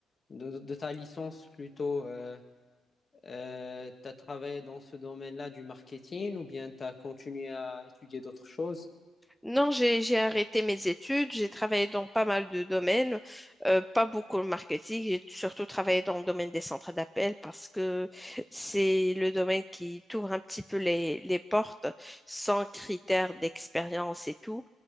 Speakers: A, on the left; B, in the centre.
A: de, de ta licence plutôt, euh, euh, tu as travaillé dans ce domaine-là du marketing ou bien tu as continué à étudier d'autres choses?
B: Non, j'ai j'ai arrêté mes études, j'ai travaillé dans pas mal de domaines, euh, pas beaucoup le marketing, j'ai surtout travaillé dans le domaine des centres d'appel parce que c'est le domaine qui t'ouvre un petit peu les, les portes sans critères d'expérience et tout.